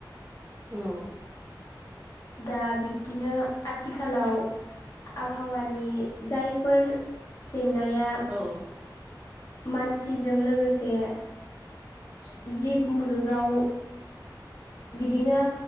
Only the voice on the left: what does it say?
दा बिब्दिनो आथिखालाव आबहावानि जायफोर जेंनाया
मानसिजों लोगोसे
जिब मुलुगाव बिदिनो